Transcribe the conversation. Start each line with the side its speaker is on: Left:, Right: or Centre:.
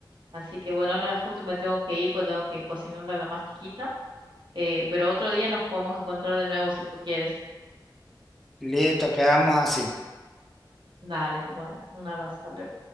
Right: Así que bueno, ahora justo me tengo que ir porque tengo que cocinarle a la más chiquita. eh, pero otro día nos podemos encontrar de nuevo si tú quieres.
Centre: Listo, quedamos así.
Right: Dale, bueno, un abrazo, hasta luego.